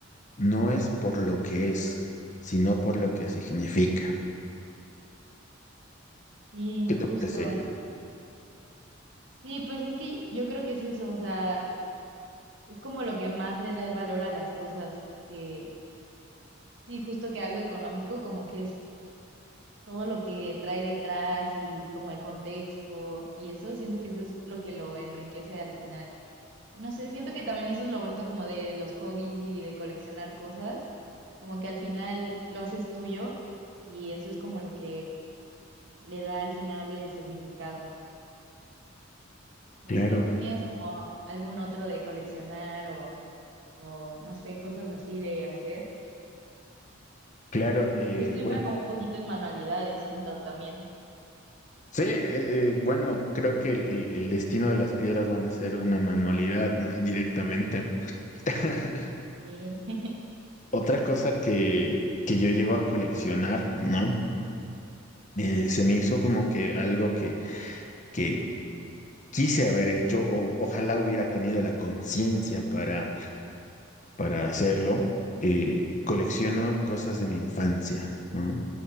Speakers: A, on the left; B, on the right.
A: no es por lo que es, sino por lo que significa.
B: Sí,
A: ¿Qué te
B: justo.
A: parece ello?
B: Sí, pues es que yo creo que es eso, o sea, es como lo que más le da el valor a las cosas, que sí, justo que algo económico, como que es todo lo que trae detrás y como el contexto y eso, siento que eso es lo que lo enriquece al final. Y no sé, siento que también eso es lo bonito como de los hobbies y de coleccionar cosas, como que al final lo haces tuyo y eso es como lo que le da al final el significado. No
A: Claro,
B: sé, ¿tú tienes como algún otro de coleccionar o, o no sé, cosas así de hacer?
A: claro, eh,
B: Porque esto
A: bueno,
B: entra como un poquito en manualidades, siento también.
A: sí, eh, eh, bueno, creo que el, el- el destino de las piedras van a ser una manualidad, ¿no? Indirectamente. <laughs>
B: Sí, <laughs>
A: Otra cosa que, que yo llego a coleccionar, ¿no? Eh, se me hizo como que algo que, que quise haber hecho o ojalá hubiera tenido la conciencia para, para hacerlo. Eh, colecciono cosas de mi infancia, ¿no?